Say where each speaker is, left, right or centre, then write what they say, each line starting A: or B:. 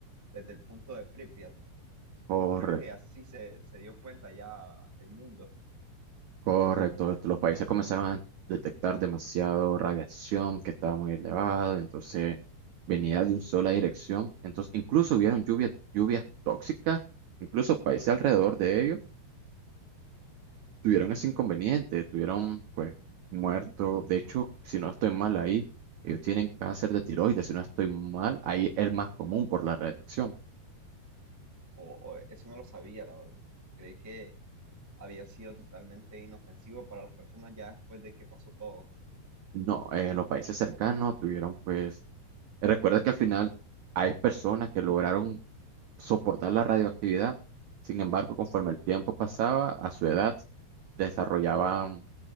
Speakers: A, on the right; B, on the right.
A: desde el punto de Pripyat
B: Correcto,
A: y creo que así se, se dio cuenta ya el mundo,
B: correcto. Los países comenzaron a detectar demasiado radiación que estaba muy elevada, entonces venía de una sola dirección. Entonces incluso hubieron lluvias, lluvias tóxicas, incluso países alrededor de ellos tuvieron ese inconveniente, tuvieron pues muerto. De hecho, si no estoy mal ahí, ellos tienen cáncer de tiroides, si no estoy mal, ahí es el más común por la reacción.
A: o, o eso no lo sabía, la verdad. Creí que había sido totalmente inofensivo para las personas ya después de que pasó todo.
B: No, eh, los países cercanos tuvieron pues, recuerda que al final hay personas que lograron soportar la radioactividad, sin embargo, conforme el tiempo pasaba, a su edad desarrollaban